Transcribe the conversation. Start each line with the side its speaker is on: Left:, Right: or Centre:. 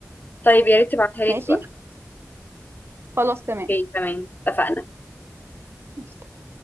Left: طيب يا ريت تبعتها لي
Right: ماشي
Left: دلوقتي
Right: خلاص تمام
Left: أوكي تمام اتفقنا
Right: قشطة.